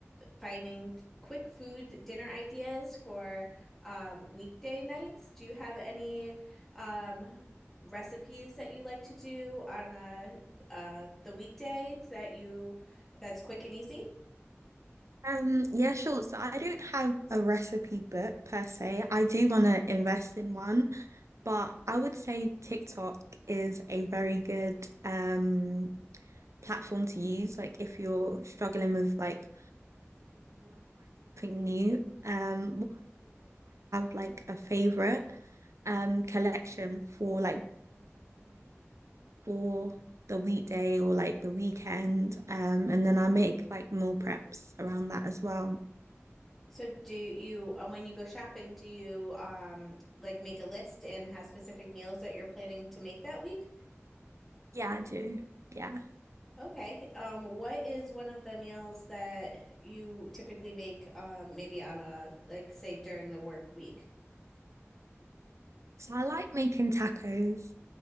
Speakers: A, in the centre; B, on the right (about 80°).
A: finding quick food dinner ideas for um, weekday nights. Do you have any um, recipes that you like to do on a, uh, the weekday that you that's quick and easy?
B: Um, yeah, sure. So I don't have a recipe book per se. I do want to invest in one, but I would say TikTok is a very good um platform. to use, Like if like recipe, uh, like a favorite um collect for for the weekday or like the weekend. Um, and then I make like meal preps around that as well.
A: So do you, uh, when you go shopping, do you um like make a list and have specific meals that you're planning to make that week?
B: Yeah, I do. Yeah.
A: Okay. Um, what is one of the meals that you typically make um maybe on a like say during the work week?
B: So I like making tacos.